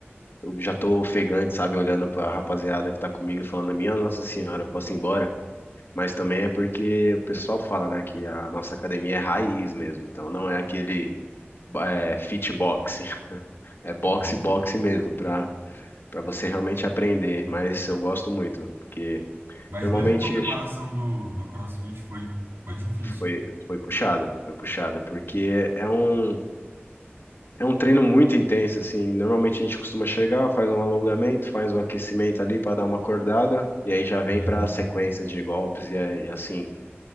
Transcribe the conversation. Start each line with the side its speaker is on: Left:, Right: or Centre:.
Left: eu já tô ofegante, sabe? Olhando pra rapaziada que tá comigo e falando, minha Nossa Senhora, eu posso ir embora? Mas também é porque o pessoal fala, né, que a nossa academia é raiz mesmo. Então não é aquele é, fit box. É boxe,
Right: entendi.
Left: boxe mesmo, pra, pra você realmente aprender. Mas eu gosto muito, porque
Right: Mas
Left: normalmente
Right: mesmo com a preparação do, do CrossFit foi, foi difícil.
Left: foi, foi puxada, foi puxada, porque é um, é um treino muito intenso, assim. Normalmente a gente costuma chegar, faz um alongamento, faz um aquecimento ali pra dar uma acordada, e aí já vem
Right: Uhum,
Left: pra sequência de golpes, e é, é assim.